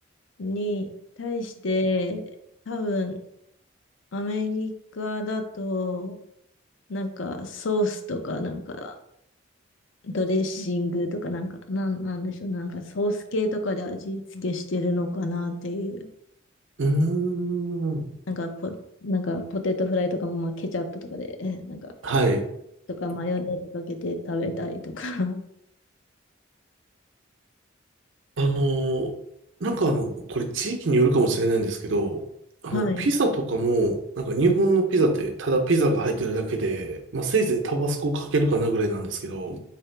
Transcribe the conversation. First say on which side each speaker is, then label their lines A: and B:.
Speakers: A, on the left; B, on the right.
A: に対して、多分、アメリカだと、なんかソースとかなんかドレッシングとかなんか、なん、なんでしょう、なんかソース系とかで味付けしてるのかなっていう。
B: うーん。
A: なんかポ、なんかポテトフライとかも、まあ、ケチャップとかで、えなんか、
B: はい。
A: とかマヨネーズかけて食べたりとか。<laughs>
B: あの、なんかあの、これ地域によるかもしれないんですけど、
A: はい。
B: あの、ピザとかも、なんか日本のピザってただピザが入ってるだけで、まあせいぜいタバスコをかけるかなぐらいなんですけど、